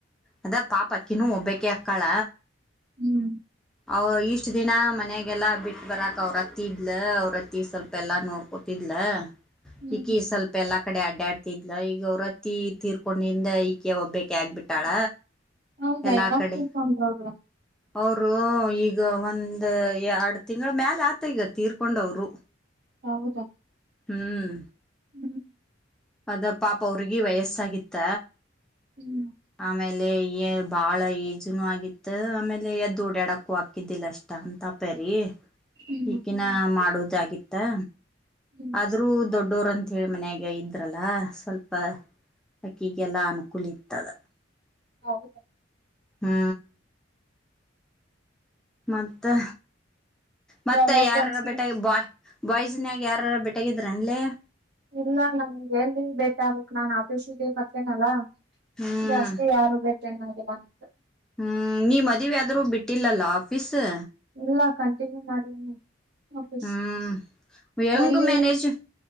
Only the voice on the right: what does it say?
ಹ್ಮ್
ಹ್ಮ್
ಹೌದಾ
ಯಾವಾಗ
ತೀರಿಕೊಂಡ್ರ ಅವ್ರ
ಹೌದಾ
ಹ್ಮ್
ಹ್ಮ್
ಹ್ಮ್
ಹ್ಮ್
ಹೌದು
ಯಾವ ಯಾವ
ಫ್ರೆಂಡ್ಸ್
ಇಲ್ಲ ನನ್ಗೆ ಎ ಬೇಟ ಆಗಕ್ ನಾನ್ ಆಫೀಸಿಗೆ ಮತ್ತೇನಲ್ಲ
ಜಾಸ್ತಿ ಯಾರು ಬೇಕ <unintelligible>
ಇಲ್ಲ ಕಂಟಿನ್ಯೂ ಮಾಡಣ ಫ
ಎಲ್ಲಿ